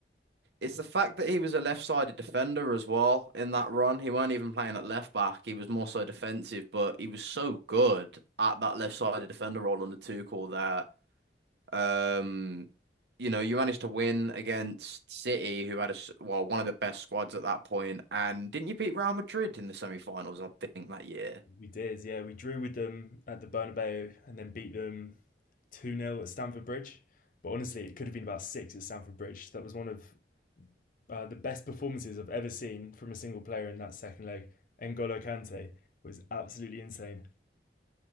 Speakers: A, on the right; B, on the left.
A: It's the fact that he was a left-sided defender as well in that run. He weren't even playing at left back. He was more so defensive, but he was so good at that left-sided defender role on the Tuchel there. Um, you know, you managed to win against City, who had a well one of the best squads at that point, point. and didn't you beat Real Madrid in the semi-finals? I think that year.
B: We did, yeah. We drew with them at the Bernabeu and then beat them 2 nil at Stamford Bridge. But honestly, it could have been about six at Stamford Bridge. That was one of uh, the best performances I've ever seen from a single player in that second leg. N'Golo Kante was absolutely insane.